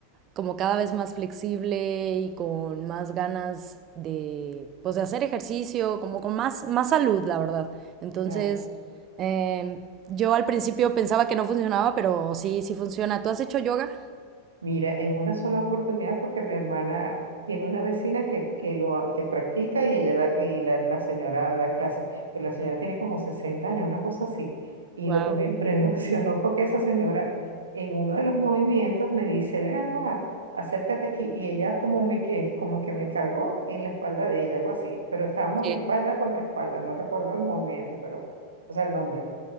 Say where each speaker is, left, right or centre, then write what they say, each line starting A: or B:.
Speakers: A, on the right (about 30°); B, on the right (about 70°).
A: como cada vez más flexible y con más ganas de, pues, de hacer ejercicio, como con más, más salud, la verdad. Entonces,
B: Claro.
A: eh, yo al principio pensaba que no funcionaba, pero sí, sí funciona. ¿Tú has hecho yoga?
B: Mira, en una sola oportunidad, porque mi hermana tiene una vecina que, que lo ha- que practica y ella da- y la, la señora da clases, pero la señora tiene como 60 años, una cosa así. Y
A: Wow.
B: lo que me <laughs> impresionó fue que esa señora en uno de los movimientos me dice, ven acá, acércate aquí. Y ella como me que, como que me cargó en la espalda de ella, algo así. Pero estábamos
A: Sí.
B: espalda contra espalda, no recuerdo el movimiento, pero, o sea, el nombre.